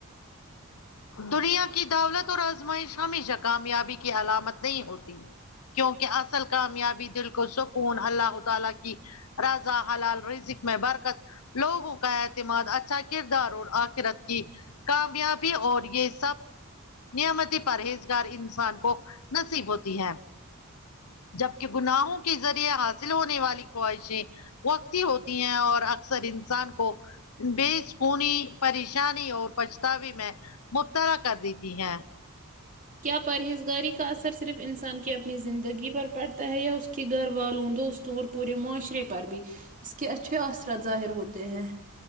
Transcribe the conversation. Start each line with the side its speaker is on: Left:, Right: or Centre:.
Left: دنیا کی دولت اور آزمائش ہمیشہ کامیابی کی علامت نہیں ہوتی کیونکہ اصل کامیابی دل کو سکون اللہ تعالی کی راضا حلال رزق میں برکت لوگوں کا اعتماد اچھا کردار اور آخرت کی کامیابی اور یہ سب نعمتی پرہیزگار انسان کو نصیب ہوتی ہے جبکہ گناہوں کے ذریعے حاصل ہونے والی خواہشیں وقتی ہوتی ہیں اور اکثر انسان کو بےسکونی پریشانی اور پچھتاوے میں مبتلا کر دیتی ہیں
Right: کیا پرہیزگاری کا اثر صرف انسان کی اپنی زندگی پر پڑتا ہے یا اس کہ گھر والوں دوستوں اور پورے معاشرے پر بھی اس کے اچھے اثرات ظاہر ہوتے ہیں